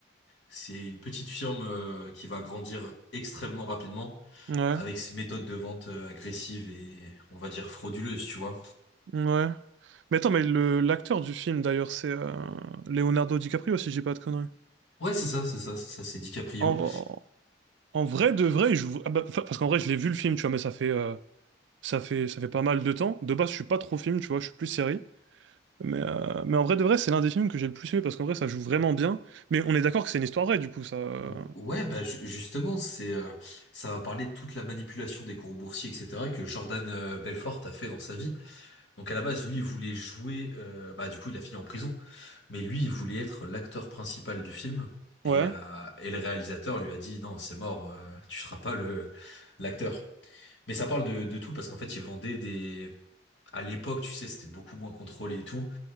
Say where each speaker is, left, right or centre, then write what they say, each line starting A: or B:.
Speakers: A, on the left; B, on the right.
A: C'est une petite firme euh, qui va grandir extrêmement rapidement
B: ouais,
A: avec ses méthodes de vente euh, agressives et on va dire frauduleuses, tu vois.
B: ouais. Mais attends, mais le l'acteur du film, d'ailleurs, c'est euh, Leonardo DiCaprio, si j'ai pas de conneries.
A: Ouais, c'est ça, c'est ça, c'est ça, c'est DiCaprio.
B: En, en vrai, de vrai, il joue... ah bah, enfin, parce qu'en vrai, je l'ai vu le film, tu vois, mais ça fait, euh, ça fait, ça fait pas mal de temps. De base, je suis pas trop film, tu vois, je suis plus série. Mais, euh, mais en vrai de vrai, c'est l'un des films que j'ai le plus aimé parce qu'en vrai, ça joue vraiment bien. Mais on est d'accord que c'est une histoire vraie, du coup, ça. euh,
A: Ou- Ouais, bah ju- justement, c'est euh, ça va parler de toute la manipulation des cours boursiers, etc. que Jordan euh, Belfort a fait dans sa vie. Donc à la base, lui, il voulait jouer. euh, bah du coup, il a fini en prison. Mais lui, il voulait être l'acteur principal du film.
B: Ouais.
A: Et, euh, et le réalisateur lui a dit, non, c'est mort, euh, tu seras pas le l'acteur. Mais ça parle de, de tout parce qu'en fait, il vendait des... À l'époque, tu sais, c'était beaucoup moins contrôlé et tout.